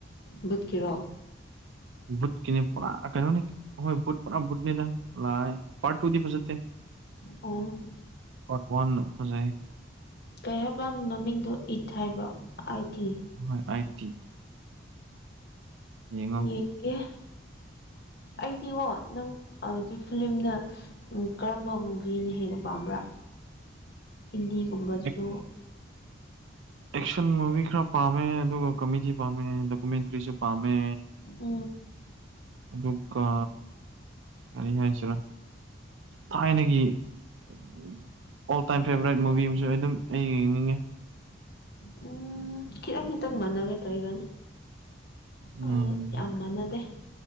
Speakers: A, on the left; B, on the right.
A: ꯕꯨꯠꯀꯤꯔꯣ
B: ꯕꯨꯠꯀꯤꯅꯤ ꯄꯨꯔꯥ ꯀꯩꯅꯣꯅꯤ ꯍꯣꯏ ꯕꯨꯠ ꯄꯨꯔꯥ ꯕꯨꯠꯅꯦꯗ ꯂꯥꯏ ꯄꯥꯔꯠ ꯇꯨꯗꯤ ꯐꯖꯠꯇꯦ
A: ꯑꯣ
B: ꯄꯠ ꯋꯥꯟ ꯍꯧꯖꯩ
A: ꯀꯩ ꯍꯥꯏꯕ꯭ꯔ ꯃꯃꯤꯡꯗꯣ ꯏꯠ ꯍꯥꯏꯕ꯭ꯔꯣ ꯑꯥꯏ ꯇꯤ
B: ꯍ ꯑꯣꯏꯛꯇꯤ ꯌꯦꯡꯉꯣ
A: ꯌꯦꯡꯀꯦ ꯑꯩꯗꯤꯉꯣ ꯅꯪꯗꯤ ꯐꯤꯂꯝꯂꯝꯅ ꯀꯔꯝꯕ ꯃꯨꯚꯤꯅ ꯍꯦꯟꯅ ꯄꯥꯝꯕ꯭ꯔꯥ ꯍꯤꯟꯗꯤꯒꯨꯝꯕꯗꯨꯁꯨ
B: ꯑꯦꯛ ꯑꯦꯛꯁꯟ ꯃꯨꯚꯤ ꯈꯔ ꯄꯥꯝꯃꯦ ꯑꯗꯨꯒ ꯀꯃꯦꯗꯤ ꯄꯥꯝꯃꯦ ꯗꯣꯀꯨꯃꯦꯟꯇ꯭ꯔꯤꯁꯨ ꯄꯥꯝꯃꯦ
A: ꯑ
B: ꯑꯗꯨ ꯀ ꯀꯅꯤ ꯍꯥꯏꯁꯤꯔ ꯊꯥꯏꯅꯒꯤ um all time favourite movie ꯑꯃꯁꯨ ꯑꯗꯨꯝ ꯑꯩ ꯌꯦꯡꯅꯤꯡꯉꯤ
A: ꯎꯝ ꯈꯤꯇꯪ ꯈꯤꯇꯪ ꯃꯥꯟꯅꯒꯦ ꯇꯧꯋꯤ ꯏꯕꯅꯤ
B: ꯎꯝ
A: ꯑ ꯌꯥꯝ ꯃꯥꯟꯅꯗꯦ